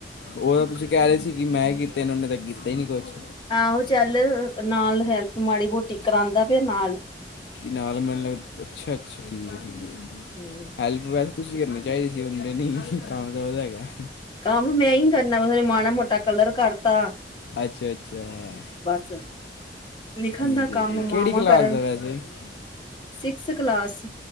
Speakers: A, on the left; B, on the left.
A: ਉਹ ਤਾਂ ਤੁਸੀਂ ਕਹਿ ਰਹੇ ਸੀ ਕਿ ਮੈਂ ਕੀਤੇ ਨੇ ਉਹਨੇ ਤਾਂ ਕੀਤੇ ਨੀ ਕੁਛ।
B: ਆਹੋ ਚੱਲ ਨਾਲ ਹੈਲਪ ਮਾੜੀ ਮੋਟੀ ਕਰਾਉਂਦਾ ਪਿਆ ਨਾਲ।
A: ਕੀ ਨਾਲ ਮੈਨ ਲੱਗਦਾ ਅੱਛਾ ਅੱਛਾ ਠੀਕ ਹੈ ਠੀਕ ਹੈ।
B: ਹਮ।
A: ਹੈਲਪ ਵੈਸੇ ਤੁਸੀਂ ਕਰਨੀ ਚਾਹੀਦੀ ਸੀ ਹੁ ਦੇ ਨਹੀਂ ਕੰਮ ਤਾਂ ਉਹਦਾ ਹੈ।
B: ਕੰਮ ਮੈਂ ਹੀ ਕਰਨਾ ਮਾੜਾ ਮੋਟਾ ਕਲਰ ਕਰਤਾ।
A: ਅੱਛਾ ਅੱਛਾ
B: ਬਸ ਲਿਖਣ
A: ਠੀਕ
B: ਦਾ
A: ਹੈ
B: ਕੰਮ
A: ਠੀਕ
B: ਮਾਵਾਂ
A: ਕਿਹੜੀ ਕਲਾਸ
B: ਕਰਨ
A: ਦਾ ਵੈਸੇ
B: ਸਿਕਸ ਕਲਾਸ।